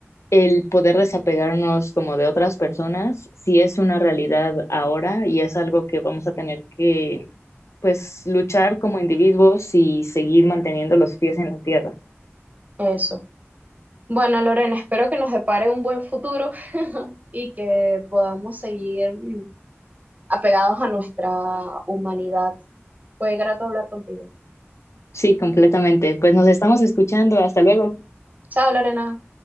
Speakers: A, on the left; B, on the right.
A: el poder desapegarnos como de otras personas sí es una realidad ahora y es algo que vamos a tener que pues luchar como individuos y seguir manteniendo los pies en la tierra.
B: Eso. Bueno, Lorena, espero que nos depare un buen futuro <laughs> y que podamos seguir mm, apegados a nuestra humanidad. Fue grato hablar contigo.
A: Sí, completamente. Pues nos estamos escuchando. Hasta luego.
B: Chao, Lorena.